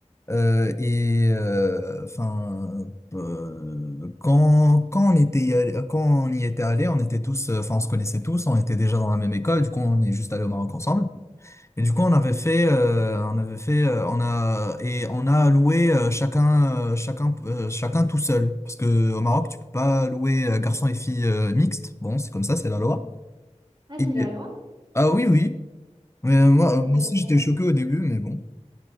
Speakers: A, on the left; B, on the right.
A: Euh, et euh, enfin, euh, quand, quand on était y allé- quand on y était allé, on était tous, euh, enfin, on se connaissait tous, on était déjà dans la même école. Du coup, on est juste allé au Maroc ensemble. Et du coup, on avait fait, euh, on avait fait, euh, on a et on a loué euh, chacun, euh, chacun, euh, chacun tout seul. Parce que au Maroc, tu peux pas louer euh, garçons et filles euh, mixtes. Bon, c'est comme ça, c'est la loi.
B: Mm. Ah, c'est
A: Et-
B: la loi?
A: ah oui, oui. Mais moi,
B: Ah,
A: euh, moi
B: intéressant.
A: aussi, j'étais choqué au début, mais bon.